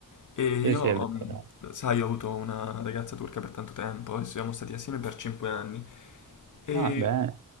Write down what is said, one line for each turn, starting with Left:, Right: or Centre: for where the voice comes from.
Left: E io,
Right: sì, sì, è vero.
Left: mh, sai, ho avuto una ragazza turca per tanto tempo e siamo stati assieme per 5 anni. E
Right: Ah, bene,